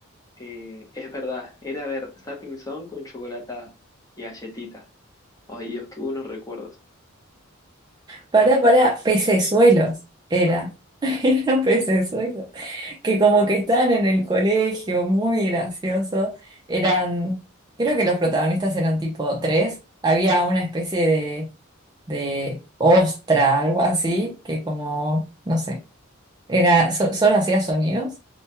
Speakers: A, on the left; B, on the right.
A: Eh, es verdad, era ver Zapping Zone con chocolate y galletitas. Ay, Dios, qué buenos recuerdos.
B: Pará, pará, pecesuelos era. <laughs> Eran pecesuelos. Que como que estaban en el colegio, muy gracioso. Eran, creo que los protagonistas eran tipo tres. Había una especie de, de ostra, algo así, que como, no sé. Era, so- solo hacía sonidos.